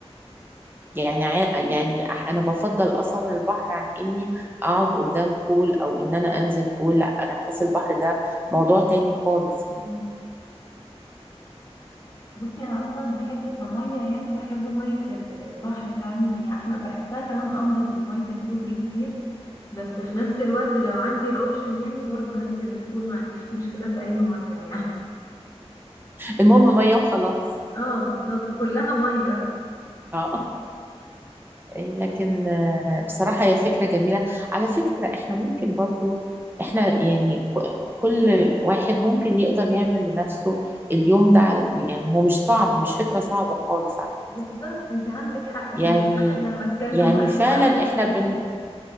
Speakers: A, on the right; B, on the left.
A: يعني ع- يعني أح- أنا بفضل أصلا البحر عن إني أقعد قدام بول أو إن أنا أنزل بول لا أنا بحس البحر ده موضوع تاني خالص يعني
B: مم. بصي انا اصلا بحب كميه يعني بحب ميه ال- البحر فعلا هي احلى بحسها كمان انضف من ميه البول بكتير بس في نفس الوقت لو عندي الاوبشن يعني برضو هنزل البول ما عنديش مشكله في اي ميه <laughs> يعني
A: المهم مية وخلاص
B: اه بالظبط كلها ميه
A: اه لكن آه، بصراحة هي فكرة جميلة على فكرة احنا ممكن برضو احنا يعني ك- كل واحد ممكن يقدر يعمل لنفسه اليوم ده على- يعني هو مش صعب مش فكرة صعبة خالص على فكرة
B: بالظبط انت عندك حق فعلا
A: يعني
B: الواحد لما اتكلم
A: يعني
B: وقال
A: فعلا
B: هو عايز
A: احنا
B: ايه
A: بن